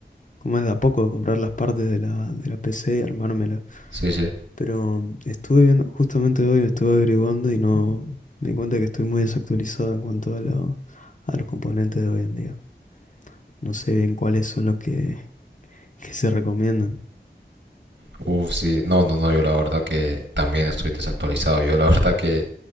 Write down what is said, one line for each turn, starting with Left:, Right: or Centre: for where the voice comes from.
Left: ¿Cómo es de a poco? Comprar las partes de la, de la PC y armármela.
Right: Sí, sí.
Left: Pero estuve viendo, justamente hoy estuve averiguando y no me di cuenta que estoy muy desactualizado en cuanto a, lo- a los componentes de hoy en día. No sé bien cuáles son los que, que se recomiendan.
Right: Uf, sí. No, no, no. Yo la verdad que también estoy desactualizado. Yo la verdad que